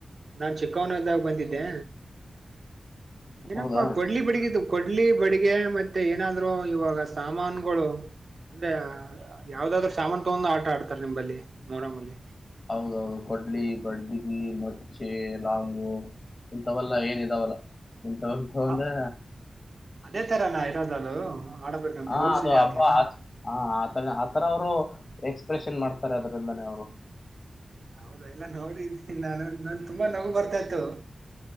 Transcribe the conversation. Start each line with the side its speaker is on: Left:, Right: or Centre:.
Right: ನಾನ್ ಚಿಕ್ಕವನಿದ್ದಾಗ ಬಂದಿದ್ದೆ. ಏನಪ್ಪಾ
Left: ಹೌದಾ
Right: ಕೋಡಲಿ ಬಡಗಿ ತು. ಕೊಡ್ಲಿ ಬಡಿಗೆ ಮತ್ತೆ ಏನಾದ್ರು ಇವಾಗ ಸಾಮಾನುಗಳು. ಅಂದ್ರೆ ಯಾವ್ದಾದ್ರರು ಸಾಮಾನು ತಗೊಂಡ ಆಟ ಆಡ್ತಾರೆ ನಿಂಬಲ್ಲಿ ಮೊಹರಂಮಲ್ಲಿ.
Left: ಹೌದೌದು ಕೊಡ್ಲಿ ಬಡಗಿ ಮಚ್ಚೆ ಲಾಂಗು. ಇಂಥವಲ್ಲ ಏನ್ದಾವಲ್ಲ ಇಂಥವ ತೊಗೊಂಡು.
Right: ಹ ಅದೇ ತರ ನಾ ಇರೋದು ಅದು. ಆಡಬೇಕಂತ
Left: ಹಾ
Right: ರೂಲ್ಸ್
Left: ಅದು
Right: ಇದೆ
Left: ಹಬ್ಬ
Right: ಆತರ
Left: ಆ ಹ ಆತ ಆತರ ಅವರು. ಎಕ್ಸ್ಪ್ರೆಷನ್ ಮಾಡ್ತಾರೆ ಅದ್ರಲ್ಲಾನೇ ಅವರು.
Right: ಹೌದಾ ಎಲ್ಲ ನೋಡಿ ನಾನು ನನ್ ತುಂಬಾ ನಗು ಬರ್ತಾ ಇತ್ತು.